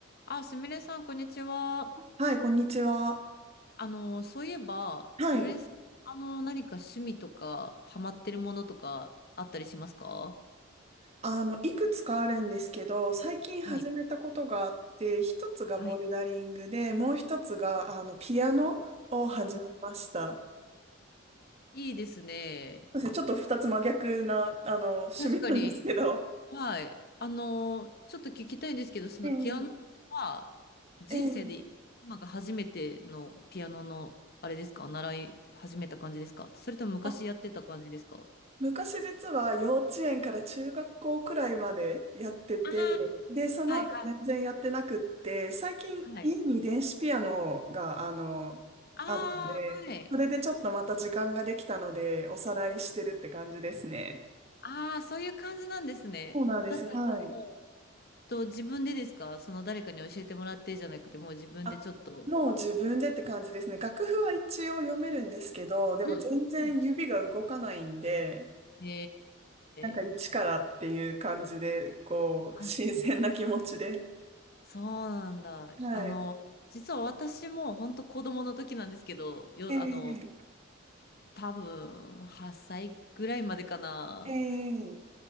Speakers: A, on the left; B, on the right.
A: あ、すみれさん、こんにちは。
B: はい、こんにちは。
A: あの、そういえば、
B: はい。
A: すみれさん、あの、何か趣味とか、ハマってるものとか、あったりしますか
B: あの、いくつかあるんですけど、最近始めたことがあって、
A: はい。
B: 一つがボルダリングで、
A: はい。
B: もう一つが、あの、ピアノを始めました。
A: いいですね。
B: そうですね、ちょっと二つ真逆な、あの、趣味なんですけど。
A: 確かに、はい。あの、ちょっと聞きたいんですけど、そのピアノは、
B: ええ
A: 人生で今が初めてのピアノの、
B: ええ
A: あれですか習い始めた感じですかそれとも昔やってた感じですか
B: あ昔実は幼稚園から中学校くらいまでやってて、
A: ああー、
B: で、その後全然やってなくって、
A: はいはい。
B: 最近家に電子ピアノが、
A: はい。
B: あの、
A: ああー、
B: あるので、
A: はい。
B: それでちょっとまた時間ができたので、おさらいしてるって感じですね。
A: ああ、そういう感じなんですね。
B: そうなんです。
A: だったらもう、
B: はい。
A: と、自分でですかその誰かに教えてもらってじゃなくて、もう自分でちょっと。
B: あ、もう自分でって感じですね。楽譜は一応読めるんですけど、でも全然指が動かないんで、
A: うんうんうんへ
B: なんか一からっていう感じで、
A: え。
B: こう、
A: あ、
B: 新鮮な気持ちで。
A: そうなんだ。
B: はい。
A: あの、実は私も本当子供の時なんですけど、よ、
B: ええ、
A: あの、多分8歳ぐらいまでかな。
B: ええ、